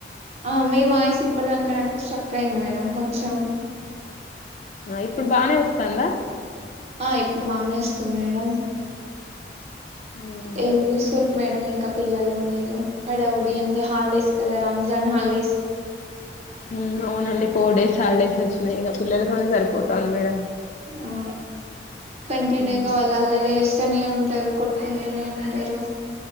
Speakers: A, on the right; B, on the left.
A: ఆ మీ వాయిస్ ఇప్పటిదాకా నాకు స్ట్రక్ అయింది మేడం కొంచెం
B: ఆ ఇప్పుడు బానే వస్తాందా
A: ఆ ఇప్పుడు బానే వస్తుంది మేడం
B: ఉమ్,
A: ఏం చేస్తారే మేడం ఇ ఇంకా పిల్లలు మీరు హడావుడి ఆ హాలిడేస్ కదా రంజాన్ హాలిడేస్
B: హు అవునండి ఫోర్ డేస్ హాలిడేస్ వచ్చినాయి ఇగా పిల్లలతోనే సరిపోతాంది మేడం
A: ఆ కంటిన్యూగా
B: ఉమ్,
A: వాళ్లు అల్లరి చేస్తనే ఉంట ఉంటారు కొట్టుకుంటూనే ఉంటారు